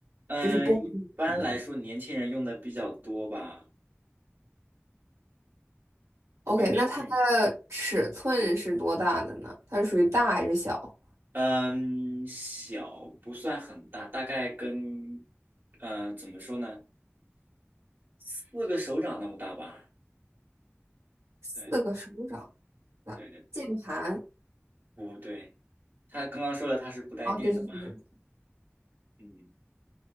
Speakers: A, on the right (about 45°); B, on the right (about 80°).
A: 嗯，
B: 就是不分年龄
A: 一般来说年轻人用的比较多吧，
B: OK，
A: 一般年轻人，
B: 那它的尺寸是多大的呢？
A: 嗯
B: 它是属于大还是小？
A: 嗯，小不算很大，大概跟嗯，怎么说呢，四个手掌那么大吧。
B: 四个手掌
A: 对
B: 的键盘。
A: 对对对，不对，他刚刚说了他是不带电的嘛，
B: 哦，对对对，对对
A: 嗯。